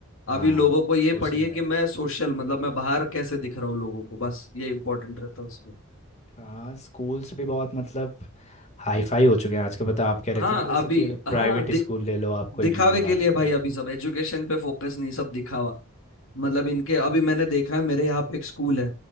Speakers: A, on the left (about 30°); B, on the left (about 65°).
A: हाँ
B: अभी लोगों को ये
A: सोशल
B: पढ़िए
A: लाइफ
B: कि मैं सोशल मतलब मैं बाहर कैसे दिख रहा हूँ लोगों को बस ये इम्पोर्टेंट रहता है उसमें
A: हाँ स्कूल्स भी बहुत मतलब हाई फाई हो चुके हैं आजकल पता आप कह रहे
B: हाँ
A: थे ना जैसे
B: अभी
A: कि अगर
B: हाँ
A: प्राइवेट
B: दि,
A: स्कूल ले लो आप
B: दिखावे
A: कोई महंगा
B: के लिए भाई
A: तो
B: अभी सब एजुकेशन पे फोकस नहीं सब दिखावा मतलब इनके अभी मैंने देखा है मेरे यहाँ पे एक स्कूल है